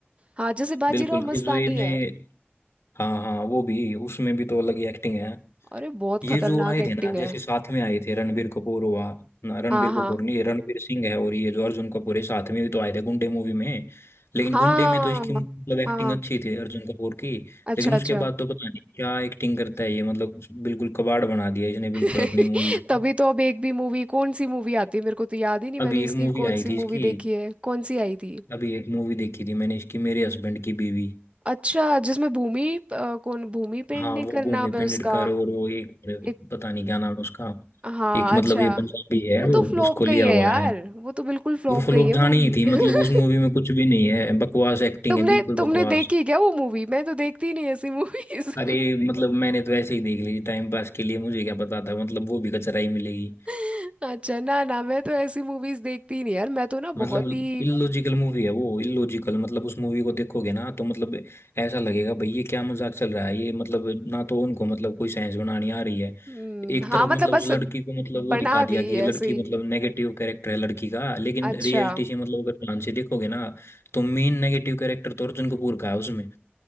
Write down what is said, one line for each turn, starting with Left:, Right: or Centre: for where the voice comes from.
Right: हाँ जैसे बाजीराव
Left: बिल्कुल
Right: मस्तानी
Left: ये जो इन्हें
Right: है
Left: हाँ हाँ वो भी उसमें भी तो अलग ही एक्टिंग है
Right: अरे बहुत
Left: ये
Right: खतरनाक
Left: जो आए थे
Right: एक्टिंग
Left: ना जैसे
Right: है
Left: साथ में आए थे रणबीर कपूर हुआ ना रणबीर
Right: हाँ
Left: कपूर
Right: हाँ
Left: नहीं ये रणबीर सिंह है और ये जो अर्जुन कपूर है साथ में भी तो आए थे गुंडे मूवी में लेकिन
Right: हाँ
Left: गुंडे में तो इसकी मतलब एक्टिंग
Right: हाँ
Left: अच्छी थी अर्जुन कपूर की
Right: अच्छा
Left: लेकिन उसके
Right: अच्छा
Left: बाद तो पता नहीं क्या एक्टिंग करता है ये मतलब बिल्कुल कबाड़ बना दिया इसने बिल्कुल
Right: <laughs>
Left: अपनी मूवीज
Right: तभी
Left: को
Right: तो अब एक भी मूवी कौन सी मूवी आती है मेरे को तो याद ही नहीं मैंने
Left: अभी
Right: इसकी
Left: एक मूवी
Right: कौन
Left: आई
Right: सी
Left: थी इसकी
Right: मूवी देखी है कौन सी आई थी
Left: अभी एक मूवी देखी थी मैंने इसकी मेरे हस्बैंड की बीवी
Right: अच्छा जिसमें भूमि अ, कौन भूमि पेडनेकर
Left: हाँ वो
Right: करना
Left: भूमि
Right: है
Left: पेंडेटकर
Right: उसका
Left: और वो एक
Right: एक
Left: पता नहीं क्या नाम है उसका
Right: हाँ
Left: एक मतलब
Right: अच्छा
Left: ये पंजाबी है
Right: वो
Left: वो
Right: तो फ्लॉप
Left: उसको लिया
Right: गई है
Left: हुआ
Right: यार
Left: है
Right: वो तो बिल्कुल फ्लॉप
Left: वो फ्लॉप
Right: गई है
Left: जानी
Right: मूवी
Left: ही थी
Right: <laughs>
Left: मतलब उस मूवी में कुछ भी नहीं है बकवास एक्टिंग
Right: तुमने
Left: है बिल्कुल
Right: तुमने
Left: बकवास
Right: देखी क्या वो मूवी मैं तो देखती ही नहीं ऐसी मूवीज
Left: अरे मतलब मैंने तो ऐसे ही देख ली टाइम पास के लिए मुझे क्या पता था मतलब वो भी कचरा ही मिलेगी
Right: <laughs> अच्छा ना ना मैं तो ऐसी मूवीज देखती ही नहीं यार मैं तो ना
Left: मतलब
Right: बहुत ही
Left: इलॉजिकल मूवी है वो इलॉजिकल मतलब उस मूवी को देखोगे ना तो मतलब ऐसा लगेगा भाई ये क्या मजाक चल रहा है ये मतलब ना तो उनको मतलब कोई साइंस बनानी आ रही है
Right: हम्म,
Left: एक
Right: हाँ
Left: तरफ
Right: मतलब
Left: मतलब
Right: बस
Left: उस लड़की को मतलब
Right: बना
Left: वो दिखा
Right: दी
Left: दिया कि ये लड़की
Right: ऐसे ही
Left: मतलब नेगेटिव कैरेक्टर है लड़की का लेकिन
Right: अच्छा
Left: रियलिटी से मतलब अगर ध्यान से देखोगे ना तो मेन नेगेटिव कैरेक्टर तो अर्जुन कपूर का है उसमें